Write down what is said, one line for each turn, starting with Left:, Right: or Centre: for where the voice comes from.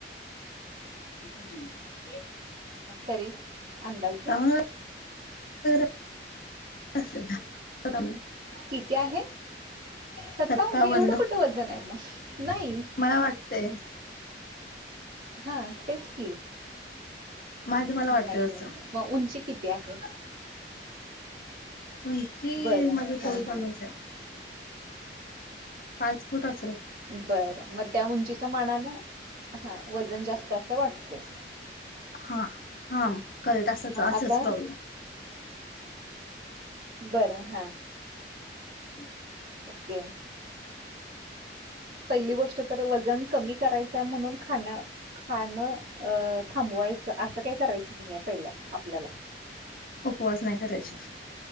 Left: हम्.
Right: तरी अंदाजे
Left: सत्तावन्न <inaudible>
Right: किती आहे? सत्तावन
Left: सत्तावन्न
Right: म्हणजे एवढं कुठं वजण आहे मग? नाही
Left: मला वाटतेय.
Right: हा तेच की
Left: माझं मला
Right: नाही
Left: वाटतंय
Right: नाही
Left: तसं
Right: मग उंची किती आहे?
Left: उंची
Right: बरं
Left: माझी
Right: हा
Left: थोडी
Right: हा
Left: कमीचाय. पाच फुट अस
Right: बरं मग त्या उंचीच्या मानानं हा वजन जास्त असं वाटतय.
Left: हा हा मग करेक्ट असच असच
Right: आता
Left: प्रॉब्लेम
Right: बरं हा.
Left: ह.
Right: ओके् पहिली गोष्ट तर वजन कमी करायचंय म्हणून खाण्या खाणं अ थांबवायचं असं काही करायचं नईय पहिल्या आपल्याला
Left: उपवास नाय करायचे.